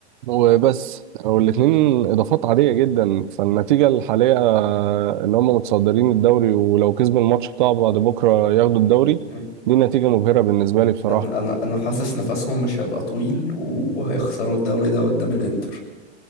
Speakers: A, on the right; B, on the left.
A: وبس والاتنين اضافات عاديه جدا فالنتيجه الحاليه آه، ان هم متصدرين الدوري ولو كسبوا الماتش بتاع بعد بكره ياخدوا الدوري
B: مم.
A: دي نتيجه مبهره بالنسبه لي بصراحه
B: انا انا انا حاسس نفسهم مش هيبقى طويل وهيخسروا الدوري ده قدام الانتر